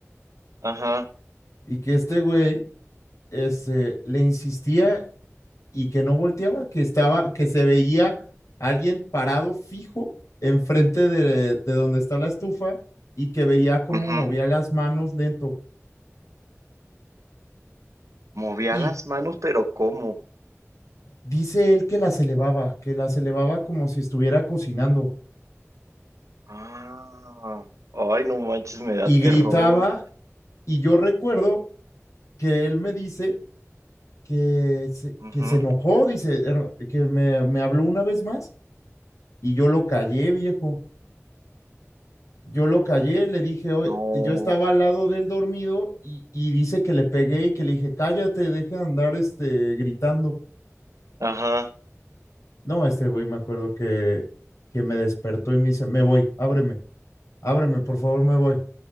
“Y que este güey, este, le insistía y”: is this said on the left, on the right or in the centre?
Left